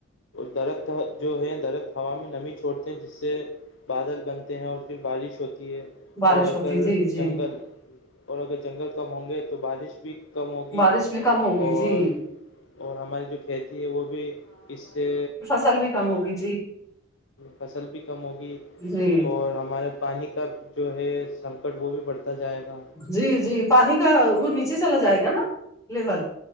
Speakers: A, on the left; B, on the left.
A: درخت جو ہے درخت ہوا میں نمی چھوڑتے ہیں جس سے بادل بنتے ہیں اور پھر بارش ہوتی ہے
B: بارش
A: اور
B: ہوتی
A: اگر
B: جی جی
A: جنگل اور اگر جنگل کم ہوں گے تو بارش بھی کم ہوگی
B: بارش بھی کم ہوگی
A: اور
B: جی
A: اور ہماری جو کھیتی ہے وہ بھی اس سے
B: سال بھی کم ہوگی جی
A: فصل بھی کم ہوگی
B: جی
A: اور ہمارے پانی کا جو ہے سنکٹ وہ بھی بڑھتا جائے گا
B: جی جی پانی کا وہ نیچے چلا جائے گا نا لیول